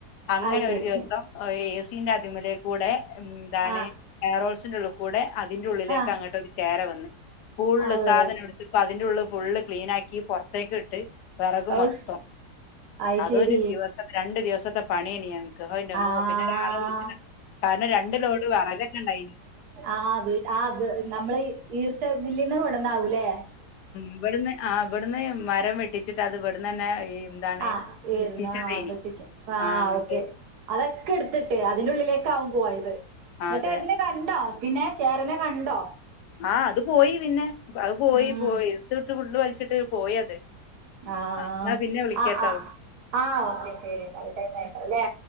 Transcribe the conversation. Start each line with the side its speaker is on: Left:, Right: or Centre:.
Left: അങ്ങനെ
Right: അയ് ശരി
Left: ഒര് ദിവസം എ സിന്റെ അതിമലേ കൂടെ ഉം താണ്
Right: ആഹ്
Left: എയറോൾസിന്റെള്ള് കൂടെ അതിന്റെ ഉള്ളിലേക്ക്
Right: ആഹ്
Left: അങ്ങട്ട് ഒരു ചേര വന്ന് ഫുള്ള്
Right: ആഹ്
Left: സാധനം എടുത്ത് പ്പ അതിന്റെള്ള് ഫുള്ള് ക്ലീനാക്കി പൊറത്തേക്ക്ട്ട് വെറക്
Right: ഔഹ്
Left: മൊത്തം
Right: അയ്
Left: അതൊരു
Right: ശരി
Left: ദിവസ രണ്ട് ദിവസത്തെ പണിയെനി ന ക്ക് എന്റമ്മോ
Right: ആഹ്
Left: പിന്നെ ഒരാളെ വിളിച്ചതാ കാരണം രണ്ടു ലോഡ് വറകക്കെണ്ടായി
Right: ആ വീ ആ നമ്മള് ഈർച്ച ബില്ലിന്ന് കൊടന്നാവൂല്ലേ
Left: ഇവെട്ന്ന് ആ വെട്ന്ന് മരം വെട്ടിച്ചിട്ട് അത് വെട്ന്നെന്നെ ഈ എന്താണ്
Right: ആ് ഈർന്ന
Left: കുത്തിച്ചതേനി
Right: വെട്ടിച്ച ആ്
Left: ആ അങ്ങനത്തെ
Right: ഓക്കെ അത ഒക്കെ ട്ത്തിട്ട് അതിന്റെറെ ഉള്ളിലേക്കാവും പോയത്
Left: ആ,
Right: ന്നട്ട്
Left: അതെ
Right: അതിനെ കണ്ടോ പിന്നെ ചേരനെ കണ്ടോ
Left: ആഹ് അത് പോയി പിന്നെ അത് പോയി
Right: ഉം
Left: പോയി ഇട്ത്ത് ഇട്ട് ഫുള്ള് വൽച്ചിട്ട് പോയി അത്
Right: ആഹ്
Left: ആ എന്നാ പിന്നെ വിളിക്കാട്ടോ
Right: ആ ആ ആ ഓക്കെ ശരി ടൈം ആയിണ്ടാവുല്ലേ